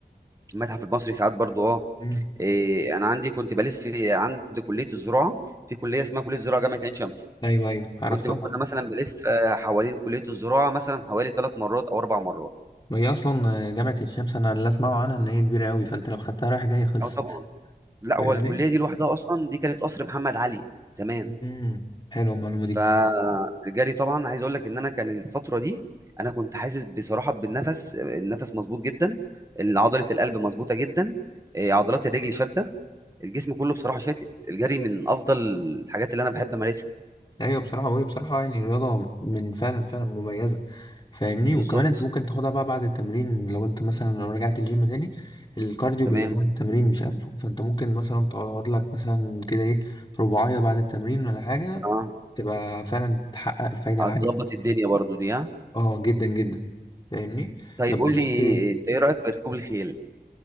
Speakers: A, on the right (about 20°); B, on the left (about 25°).
A: المتحف المصري ساعات برضو اه
B: مم.
A: إيه انا عندي كنت بلف عند كليه الزراعه في كليه اسمها كليه الزراعه جامعه عين شمس
B: ايوه ايوه عرفتها
A: كنت باخدها مثلا بلف آه، حوالين كليه الزراعه مثلا حوالي ثلاث مرات او اربع مرات
B: ما هي اصلا جامعة الشمس انا اللي اسمعه عنها ان هي كبيرة قوي فانت لو خدتها رايح جاي خلصت
A: او طبعا لا
B: فاهمني
A: هو الكليه دي لوحدها اصلا دي كانت قصر محمد علي زمان
B: مم. حلوة المعلومة دي
A: فالجري طبعا عايز اقول لك ان انا كان الفتره دي انا كنت حاسس بصراحه بالنفس النفس مظبوط جدا عضله القلب مظبوطه جدا إيه، عضلات الرجل شاده الجسم كله بصراحه شاتت الجري من افضل الحاجات اللي انا بحب امارسها
B: ايوه بصراحه وهي بصراحه يعني رياضه من فعلا فعلا مميزه فاهمني
A: بالظبط
B: وكمان انت ممكن تاخدها بقى بعد التمرين لو انت مثلا لو رجعت الجيم تاني الكارديو
A: تمام
B: بيبقى بعد التمرين مش قبله فانت ممكن مثلا تقعد لك مثلا كده ايه رباعيه بعد التمرين ولا حاجه
A: اه
B: تبقى فعلا تحقق الفايده
A: هتظبط
B: العاليه
A: الدنيا برضو دي ها
B: اه جدا جدا فاهمني
A: طيب
B: طب
A: قول
B: بقول
A: لي
B: لك ايه
A: انت ايه رايك في ركوب الخيل